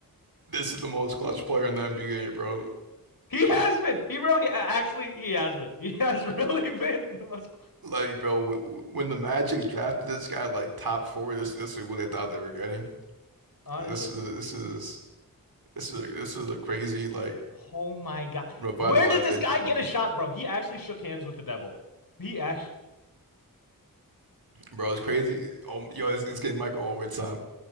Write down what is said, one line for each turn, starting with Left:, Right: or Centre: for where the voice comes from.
Right: This is the most clutch player in the NBA, bro.
Left: He has been. He really, actually, he has been. He has <laughs> really been the most,
Right: Like, bro, w- when the Magic drafted this guy like top four, this this is what they thought they were getting.
Left: honestly.
Right: This is this is this is this is a crazy like
Left: Oh my God.
Right: revitalization
Left: Where did this guy get
Right: of him,
Left: a shot,
Right: bro.
Left: bro? He actually shook hands with the devil. He actually,
Right: Bro, it's crazy. Oh, yo, this, this game might go overtime.